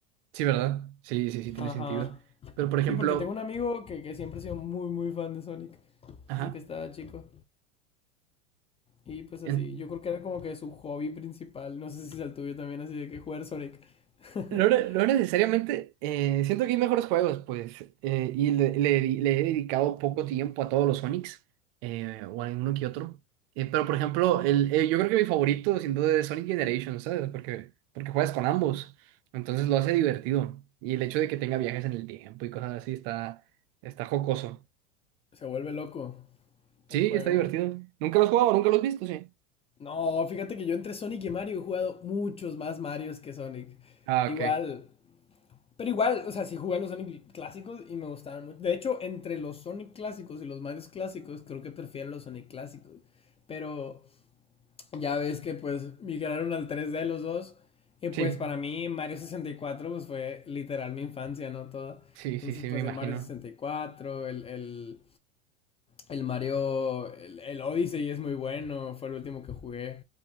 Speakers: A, on the right; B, on the left.
A: Sí, ¿verdad? Sí, sí, sí, tiene
B: Ajá.
A: sentido. Pero por ejemplo,
B: Sí, porque tengo un amigo que, que siempre ha sido muy, muy fan de Sonic,
A: ajá.
B: desde que estaba chico. Y pues así,
A: en-
B: yo creo que era como que su hobby principal, no sé si es el tuyo también, así de que jugar Sonic. <laughs>
A: No, ne- no necesariamente, eh, siento que hay mejores juegos, pues, eh, y le, le di- le he dedicado poco tiempo a todos los Sonics, eh, o a uno que otro. Eh, pero, por ejemplo, el, eh, yo creo que mi favorito, sin duda, es Sonic Generations, ¿sabes? Porque, porque juegas con ambos, entonces lo hace divertido. Y el hecho de que tenga viajes en el tiempo y cosas así está, está jocoso.
B: se vuelve loco
A: Sí,
B: el juego.
A: está divertido. Nunca los he jugado, nunca los he visto, sí.
B: No, fíjate que yo entre Sonic y Mario he jugado muchos más Marios que Sonic.
A: Ah,
B: Igual,
A: ok.
B: pero igual, o sea, sí jugué a los Sonic clásicos y me gustaban mucho. De hecho, entre los Sonic clásicos y los Marios clásicos, creo que prefiero los Sonic clásicos. Pero ya ves que pues migraron al tres d los dos. Y pues
A: Sí,
B: para mí Mario 64 pues fue literal mi infancia, ¿no? toda,
A: sí,
B: Entonces
A: sí, sí,
B: pues
A: me imagino.
B: el Mario 64, el, el, el Mario, el, el Odyssey es muy bueno, fue el último que jugué.